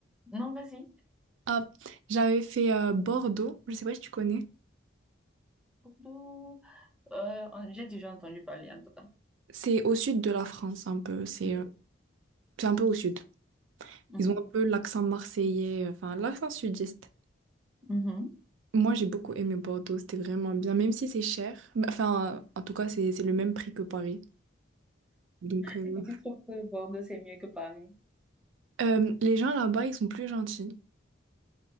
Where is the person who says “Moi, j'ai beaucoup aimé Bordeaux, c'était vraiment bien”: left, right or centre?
Right